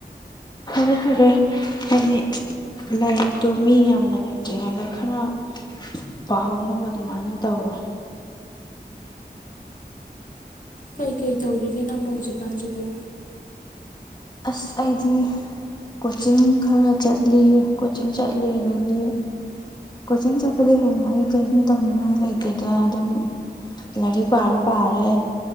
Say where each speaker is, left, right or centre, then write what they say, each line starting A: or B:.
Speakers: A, on the left (about 25°); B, on the left (about 50°).
A: ꯐꯔ ꯐꯔꯦ ꯍꯥꯏꯗꯤ ꯂꯥꯏꯔꯤꯛꯇꯣ ꯃꯤ ꯌꯥꯝꯅ ꯂꯩꯇ꯭ꯔꯤꯉꯩꯗ ꯈꯔ ꯄꯥꯍꯧꯅꯕ ꯑꯗꯨꯃꯥꯏꯅ ꯇꯧꯔꯦ
B: ꯀꯩꯀꯩ ꯇꯧꯔꯤꯒꯦ ꯅꯪꯕꯨꯣ ꯍꯧꯖꯤꯛꯀꯥꯟꯁꯤꯕꯨ
A: ꯑꯁ ꯑꯩꯗꯤ ꯀꯣꯆꯤꯡ ꯈꯔ ꯆꯠꯂꯤ ꯀꯣꯆꯤꯡ ꯆꯠꯂꯤ ꯑꯗꯒꯤ ꯀꯣꯆꯤꯡ ꯆꯠꯄꯗ ꯍꯦꯡꯉ ꯑꯩ ꯀꯤꯡ ꯇꯧꯅ ꯂꯩꯒꯦꯗ ꯑꯗꯨꯝ ꯂꯥꯏꯔꯤꯛ ꯄꯥꯔ ꯄꯥꯔꯦ